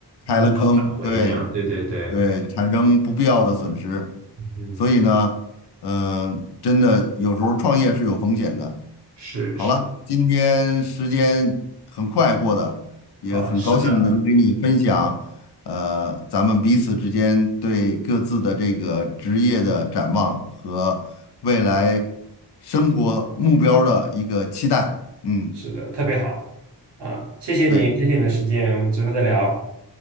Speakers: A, on the left; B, on the right.
A: 开了坑，
B: 无法挽回这样。
A: 对
B: 对对对，
A: 对，产生不必要的损失。
B: 嗯，
A: 所以呢，嗯、真的有时候创业是有风险的。
B: 是是，
A: 好了，今天时间很快过的，也很高兴能跟你分享，
B: 好，是的，
A: 呃，咱们彼此之间对各自的这个职业的展望和未来生活目标的一个期待。嗯，
B: 是的，特别好啊！谢谢你，
A: 对，
B: 谢谢你的时间，我们之后再聊